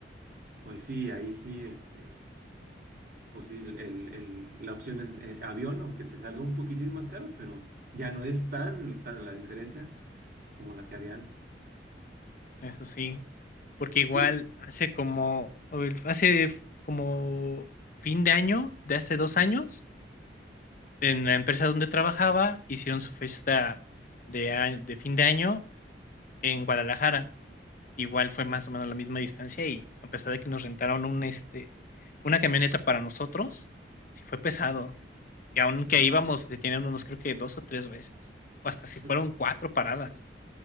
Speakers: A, on the right; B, on the left.
A: pues sí, ahí sí, este pues sí, el- el- el- la opción es eh, avión, aunque te salga un poquitín más caro, pero ya no es tan, tan la diferencia como la que había antes.
B: Eso sí. Porque igual
A: Y eh,
B: hace como, o el- hace f- como fin de año, de hace dos años, en la empresa donde trabajaba, hicieron su fiesta de, a- de fin de año en Guadalajara. Igual fue más o menos la misma distancia y a pesar de que nos rentaron un, este, una camioneta para nosotros, sí fue pesado. Y aunque íbamos deteniéndonos creo que dos o tres veces, o hasta si fueron
A: so,
B: cuatro paradas,